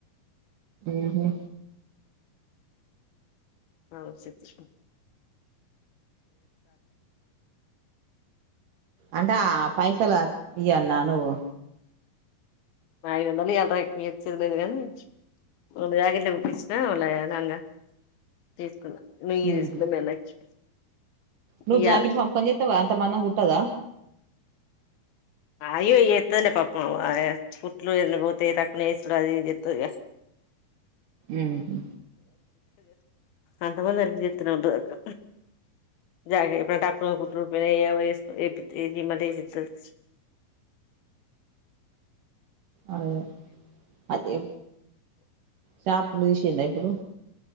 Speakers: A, on the right; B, on the left.
A: ఊహా
B: అ స ఇతారు
A: అంటే ఆ పైసలు ఇయాల్న నువ్వు
B: ఐదుందాలుయలరా ఎక్కువ ఇచ్చేదిలేదు కానీ వాళ్ళ జాకెట్లు కుచ్చిన వాళ లాంగా తీసుకున్నా లుగీ
A: ఉహు
B: తీసుకున్న మీ అన్నకి
A: నువ్వు
B: ఇయ్యాలే
A: జాకెట్టు ఫంకని చెత్తావా అంత మందం గుట్టదా
B: అయ్యో ఎతునే పాపమా కుుట్లు అన్నపోతే తకున వేసుడు అది ఇది ఎతుది
A: ఉహు
B: అంత మంది హెల్ప్ చేతనే వుంటనక్క జాగప్పు కుట్లు <unintelligible> ఏమియంటి ఏసిస్తాది.
A: అదే అదే చేపలు తీసిందా ఇప్పుడు